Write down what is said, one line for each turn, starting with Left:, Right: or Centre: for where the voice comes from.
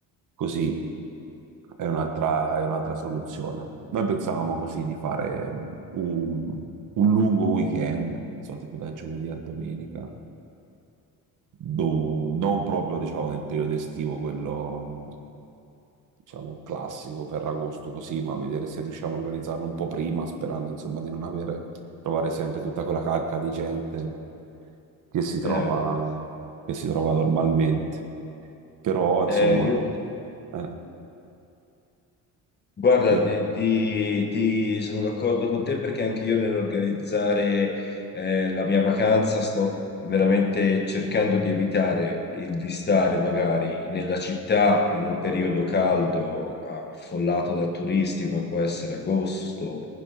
Right: così è un'altra è un'altra soluzione. Noi pensavamo così di fare un, un lungo weekend, non so, tipo da giovedì a domenica, do- non proprio diciamo nel periodo estivo, quello diciamo classico, Ferragosto così, ma vedere se riusciamo a organizzarlo un po' prima, sperando insomma di non avere, trovare sempre tutta quella calca di gente che si trova,
Left: Eh,
Right: che si trova normalmente. Però insomma,
Left: eh, io,
Right: eh,
Left: guarda,
Right: scusa,
Left: di- di- ti sono d'accordo con te perché anche io nell'organizzare eh, la mia vacanza sto veramente cercando di evitare il, di stare magari nella città in un periodo caldo, affollato da turisti, come può essere agosto